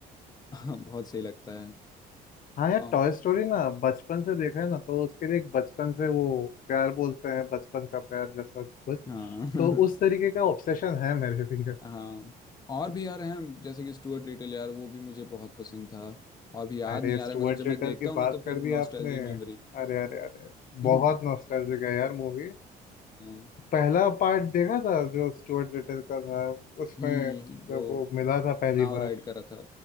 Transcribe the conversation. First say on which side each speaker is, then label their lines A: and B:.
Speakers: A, on the left (about 25°); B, on the left (about 55°).
A: <laughs> बहुत सही लगता है
B: हाँ यार
A: और
B: टॉय स्टोरी ना बचपन से देखा है ना तो उसके लिए एक बचपन से वो प्यार बोलते हैं बचपन का प्यार जैसा कुछ
A: हाँ
B: तो उस तरीके का ऑब्सेशन है मेरे लिए
A: <laughs> हाँ और भी यार हैं जैसे कि स्टुअर्ट लिटिल यार वो भी मुझे बहुत पसंद था और भी याद
B: अरे
A: नहीं आ
B: स्टुअर्ट
A: रहा है मगर जब
B: लिटल
A: मैं देखता
B: की
A: हूँ ना
B: बात
A: तो फिर
B: कर दी
A: नॉस्टैल्जिक
B: आपने
A: मेमोरी
B: अरे अरे अरे
A: हम्म
B: बहुत
A: <clears throat>
B: नॉस्टैल्जिक है यार मूवी
A: हाँ,
B: पहला पार्ट देखा था जो स्टुअर्ट लिटिल का था उसमें
A: हम्म, वो
B: जब वो मिला था पहली
A: नाव
B: बार
A: राइड कर रहा था